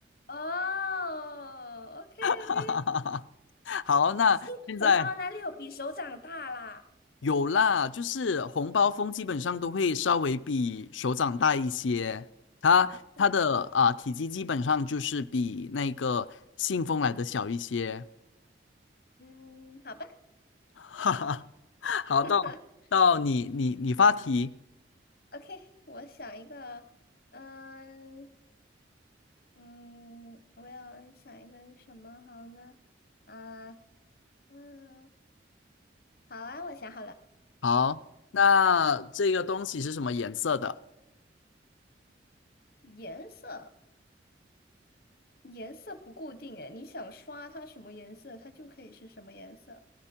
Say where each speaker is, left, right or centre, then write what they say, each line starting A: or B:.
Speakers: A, on the left; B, on the left.
A: 哦，OK
B: <laughs>
A: OK。
B: 好，那现在
A: 金红包哪里有比手掌大啦？
B: 有啦，就是红包风基本上都会稍微比手掌大一些，它它的啊、
A: 是吗？
B: 体积基本上就是比那个信封来的小一些。
A: 嗯，好吧。
B: <laughs> 哈哈，好，
A: <laughs>
B: 到到你你你发题，
A: OK，我想一个，嗯嗯，我要想一个什么好呢？啊，嗯，好啊，我想好了，
B: 好，那这个东西是什么颜色的？
A: 颜色，颜色不固定诶，你想刷它什么颜色，它就可以是什么颜色。